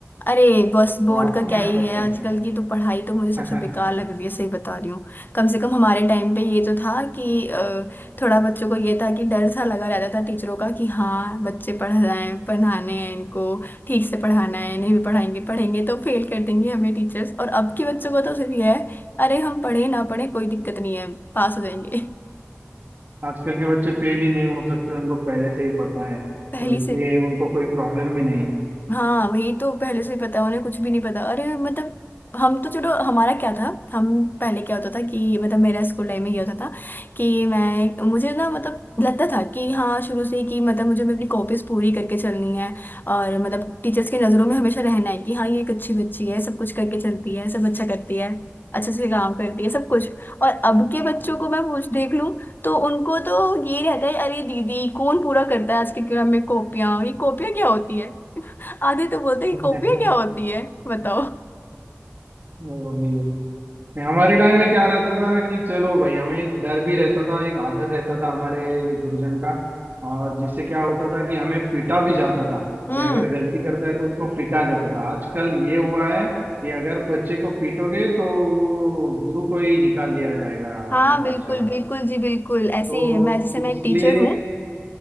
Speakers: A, on the left; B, on the right.
A: अरे बस बोर्ड
B: तो आपके
A: का क्या
B: यहाँ
A: ही
B: पर
A: है
B: कैसे
A: आजकल की तो पढ़ाई तो मुझे सबसे
B: <laughs>
A: बेकार लग रही है सही बता रही हूँ कम से कम हमारे टाइम पे ये तो था कि अ, थोड़ा बच्चों को ये था कि डर सा लगा रहता था टीचरों का कि हाँ बच्चे पढ़ रहे हैं पढ़ाने हैं इनको ठीक से पढ़ाना है नहीं भी पढ़ाएंगे पढ़ेंगे तो फेल कर देंगे हमें टीचर्स और अब के बच्चों का तो सिर्फ ये है अरे हम पढ़े ना पढ़े कोई दिक्कत नहीं है पास हो जाएंगे <laughs>
B: आजकल के बच्चे फेल ही नहीं हो सकते उनको पहले से ही पता है
A: पहली
B: तो इसलिए
A: से
B: उनको कोई प्रॉब्लम भी नहीं
A: हाँ वही तो पहले से ही पता उन्हें कुछ भी नहीं पता अरे मतलब हम तो चलो हमारा क्या था हम पहले क्या होता था कि मतलब मेरा स्कूल टाइम में ये होता था कि मैं मुझे ना मतलब लगता था कि हाँ शुरू से ही कि मतलब मुझे अपनी कॉपीज पूरी करके चलनी है और मतलब टीचर्स की नज़रों में हमेशा रहना है कि हाँ ये एक अच्छी बच्ची है सब कुछ करके चलती है सब अच्छा करती है अच्छे से काम करती है सब कुछ और अब के बच्चों को मैं पूछ देख लूँ तो उनको तो ये रहता है अरे दीदी कौन पूरा करता है आज के क्रम में कॉपियाँ ये कॉपियाँ क्या होती है आधे तो बोलते हैं कॉपियाँ
B: है <laughs>
A: क्या होती है बताओ
B: वो भी नहीं, हमारे टाइम में क्या रहता था कि चलो भाई हमें एक डर भी रहता था एक आदर रहता था हमारे गुरुजन का और जिससे क्या होता था कि हमें पीटा भी जाता था
A: हम्म
B: कि अगर गलती करता है तो उसको पीटा जाता था आजकल ये हुआ है कि अगर बच्चे को पीटोगे तो वो गुरु को ही निकाल दिया जाएगा
A: हाँ
B: अपने
A: बिल्कुल
B: पाठशाला
A: बिल्कुल
B: से
A: जी बिल्कुल
B: तो
A: ऐसे ही है मैं जैसे मैं
B: इसलिए
A: एक टीचर हूँ